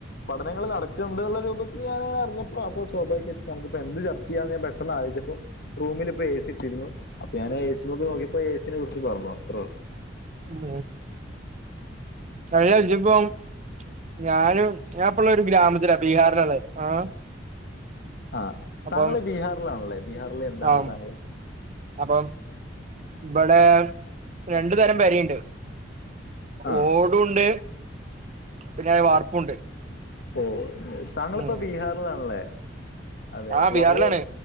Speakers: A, on the left; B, on the right.
A: പഠനങ്ങൾ നടക്കുന്നുണ്ടുള്ള രൂപത്തിൽ ഞാന അറിഞ്ഞപ്പോ അപ്പോ സ്വാഭാവികായിട്ട് നമുക്കി എന്ത് ചർ ചെയ്യന്നെ യൻ പെട്ടെന്ന് ആലോയ്ചപ്പോ റൂമിലിപ്പോ എ സി ട്ടിയിരുന്നു അപ്പ ഞന് ആ എ സി മക് നോക്കിയപ്പോ എ സിനെ കുറിച്ച് പറഞ്ഞോ അത്രോ
B: ഉം കഴിഞഴിച്ചപ്പോം ഞാനും ഞാപ്പള്ള ഒരു ഗ്രാമത്തില ബീഹാറിലാള്ളെ ആഹ്
A: ആഹ്
B: അപ്പം
A: താങ്കള് ബീഹാറിലാണല്ലേ ബീഹാറില് എന്താണ്
B: ആഹ്
A: താങ്കള്
B: അപ്പം ഇവിടെ രണ്ടു തരം പെരേണ്ട്
A: ആ
B: ഓടുണ്ട് പിന്നെ വാർപ്പുണ്ട്
A: ഓഹ് താങ്കളിപ്പോ
B: ഉം
A: ബീഹാറിലാണല്ലേ അതെ
B: ആ ബീഹാറിലാണ്
A: ഓർ